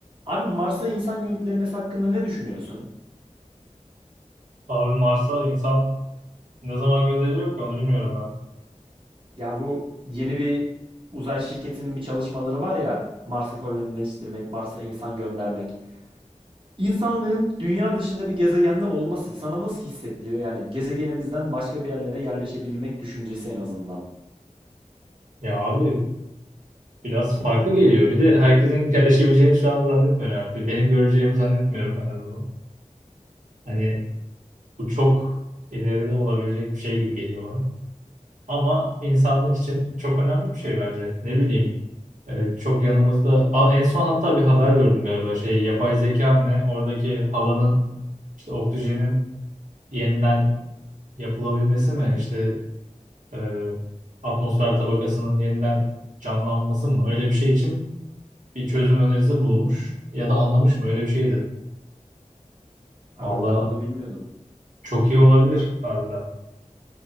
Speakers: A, on the right; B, on the right.
A: Abi Mars'a insan gönderilmesi hakkında ne düşünüyorsun?
B: Abi Mars'a insan ne zaman gönderiliyor ki onu bilmiyorum ben.
A: Ya bu yeni bir uzay şirketinin bir çalışmaları var ya Mars'ı kolonileştirmek, Mars'a insan göndermek. İnsanlığın dünya dışında bir gezegende olması sana nasıl hissettiriyor? Yani gezegenimizden başka bir yerlere yerleşebilmek düşüncesi en azından.
B: Ya abi biraz farklı geliyor. Bir de herkesin <laughs> yerleşebileceğini şu anda zannetmiyorum. Yani. Bir Benim göreceğimi zannetmiyorum en azından. Hani bu çok ileride olabilecek bir şey gibi geliyor bana. Ama insanlık için çok önemli bir şey bence. Ne bileyim e, çok yanımızda A- en son hatta bir haber gördüm galiba şey yapay zeka mı ne oradaki havanın işte oksijenin yeniden yapılabilmesi mi İşte. e, atmosfer tabakasının yeniden canlanması mı? Öyle bir şey için bir çözüm önerisi bulunmuş ya da anlamış mı? Öyle bir şeydi.
A: Ha
B: Valla
A: bak ben bunu bilmiyordum.
B: çok iyi olabilir harbiden.